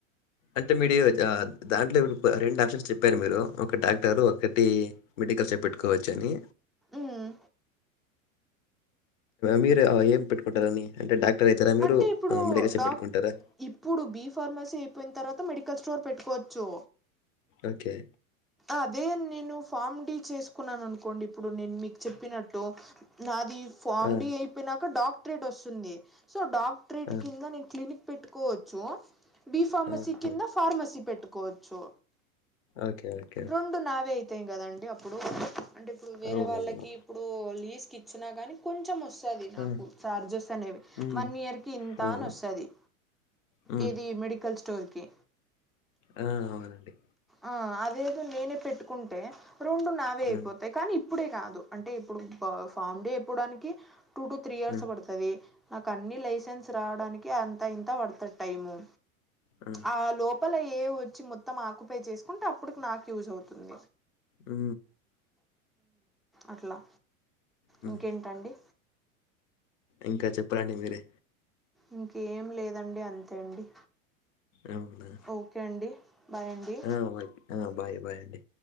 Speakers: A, on the left (about 65°); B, in the centre.
A: అంటే మీరు దాంట్లో ఇపుడు రెండు ఆప్షన్స్ చెప్పారు మీరు ఒక డాక్టరు ఒకటి మెడికల్ షాప్ పెట్టుకోవచ్చు అని
B: ఉమ్
A: మీరు ఏం పెట్టుకుంటారా అని అంటే డాక్టర్ అవుతారా మీరు
B: అంటే ఇప్పుడు
A: మెడికల్ షాప్
B: డాక్
A: పెట్టుకుంటారా
B: ఇప్పుడు బీ ఫార్మసీ అయిపోయిన తర్వాత మెడికల్ స్టోర్ పెట్టుకోవచ్చు
A: ఓకే
B: అదే నేను ఫామ్ డీ చేసుకున్నాను అనుకోండి ఇప్పుడు నేను మీకు చెప్పినట్టు నాది ఫామ్
A: ఆ!
B: డి అయి పోయినాక డాక్టరేట్ వస్తుంది సో డాక్టరేట్
A: ఆ!
B: కింద నేను క్లినిక్ పెట్టుకోవచ్చు బీ ఫార్మసీ
A: ఆహా!
B: కింద ఫార్మసీ పెట్టుకోవచ్చు
A: ఓకే ఓ
B: రెండు నావే అవుతాయి కదండి అప్పుడు అంటే ఇప్పుడు వేరే
A: అవునవును.
B: వాళ్ళకి ఇప్పుడు లీజ్కి ఇచ్చిన కానీ కొంచెం వస్తది నాకు
A: ఆ!
B: చార్జెస్ అనేవి
A: హ్మ్.
B: వన్ ఇయర్ కి ఇంత
A: అవును.
B: అని వస్తది
A: హ్మ్.
B: ఇది మెడికల్ స్టోర్కి
A: ఆ మరి అండి
B: ఆ అదేదో నేనే పెట్టుకుంటే రెండు నావే అయిపోతు
A: ఆ!
B: కానీ ఇప్పుడే కాదు అంటే ఇప్పుడు ఫామ్ డే ఇప్పడానికి టూ టు త్రీ ఇయర్స్
A: ఆ!
B: పడుతుంది నాకు అన్నీ లైసెన్స్ రావడానికి అంత ఇంత పడుతుంది టైము
A: ఉ
B: ఆ లోపల ఏ వచ్చి మొత్తం ఆకు పై చేసుకుంటే అప్పుడుకి నాకు యూజ్ అవుతుంది
A: ఊ
B: అట్లా
A: హ్మ్.
B: ఇంకేంటండి
A: ఇంకా చెప్పాలండి మీరే
B: ఇంకేం లేదండి అంతే అండి
A: ఏముందే
B: ఓకే అండి బాయ్ అండి
A: బా బయ్ ఆ బాయ్ బాయ్ అండి